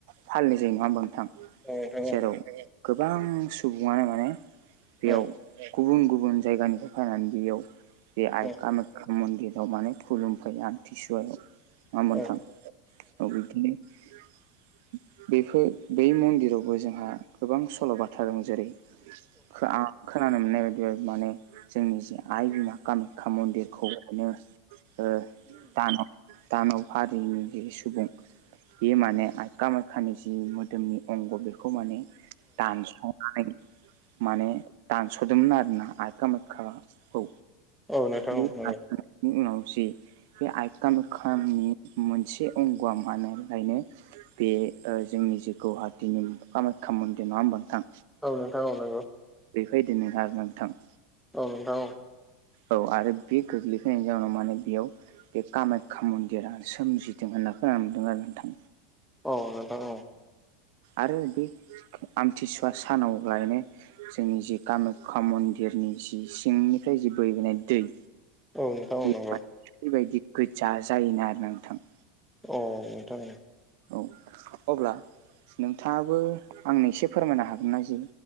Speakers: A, on the right (about 55°); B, in the centre.
A: फालिनाय जायो नंङा होमबा नोंथां।
B: औ नोंथां
A: जेराव गोबां सुबुंङानो माने बेयाव
B: औ
A: गुबुन गुबुन जायगानिफ्राय फैनानै बेयाव बे आइ
B: औ
A: कामाख्या मन्दिर याव माने खुलुमफैयो आमथिसुवायाव नङा होमब्ला नोंथां
B: औ
A: औ बिदिनो <inaudible> बेफोर बे मन्दिरावबो जोंहा गोबां सल'बाथा दं जेरै आं खोनानो मोननाय बायदिबा माने जोंनि जि आइ बिमा कामे खा मन्दिरखौ दानाव हारिनि जा सुबुं बे माने आइ खामायखानि जि मोदोमनि अंग बेखौ माने दानसनानै माने दानस'दोंमोन आरोना आइ खामायखाखौ।
B: औ नोंथां औ नोंथां औ
A: मि
B: नंगौ औ
A: उनाव जि आइ खामायखानि मोनसे अंग'आ मा होनो लायनो बे जोंनि जे गुवाहाटिनि कामाख्या मन्दिर नङा होमबा नोंथां।
B: औ नोंथां औ नंगौ
A: बेबायदिनो आरोना नोंथां।
B: औ नोंथां औ
A: औ आरो बे गोग्लैखैनायनि जाउनाव माने बेयाव बे कामाख्या मन्दिरानो सोमजिदों होनना खोनानो मोनदों आरो नोंथां।
B: औ नोंथां औ।
A: आरो बे आमथिसुवा सानाव लायनो जोंनि जि कामाख्या मन्दिरनि जि सिंनिफ्राय जि बोहबोनाय दै
B: औ नोंथां
A: बे
B: औ नंगौ।
A: बेबायदि गोजा जायोना आरोना नोंथां
B: औ नोंथां
A: औ अब्ला नोंथाङाबो आंनो एसे फोरमायनो हागोननाा जे